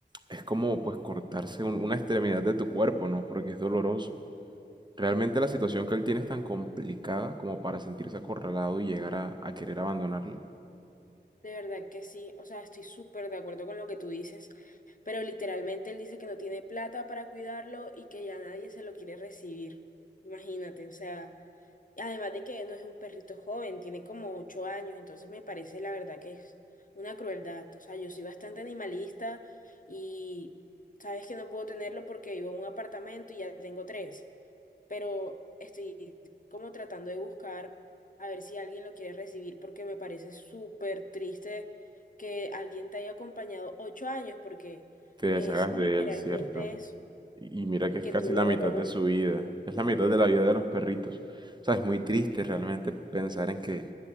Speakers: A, on the right; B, on the left.
A: es como pues cortarse un- una extremidad de tu cuerpo, ¿no? Porque es doloroso. Realmente la situación que él tiene es tan complicada como para sentirse acorralado y llegar a, a querer abandonarla.
B: De verdad que sí, o sea, estoy súper de acuerdo con lo que tú dices, pero literalmente él dice que no tiene plata para cuidarlo y que ya nadie se lo quiere recibir. Imagínate, o sea, además de que no es un perrito joven, tiene como ocho años, entonces me parece la verdad que es una crueldad. O sea, yo soy bastante animalista y sabes que no puedo tenerlo porque vivo en un apartamento y ya tengo tres pero estoy como tratando de buscar a ver si alguien lo quiere recibir porque me parece súper triste que alguien te haya acompañado ocho años porque
A: Te deshagas
B: es literalmente
A: de él, ¿cierto?
B: eso
A: Y y mira
B: y
A: que es
B: que
A: casi
B: tú
A: la
B: luego
A: mitad
B: lo votes.
A: de su vida. Es la mitad de la vida de los perritos. O sea, es muy triste realmente pensar en que